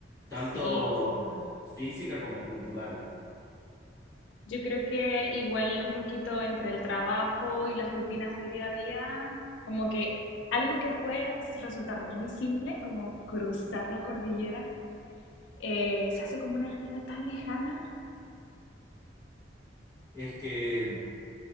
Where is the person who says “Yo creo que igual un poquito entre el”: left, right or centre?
Left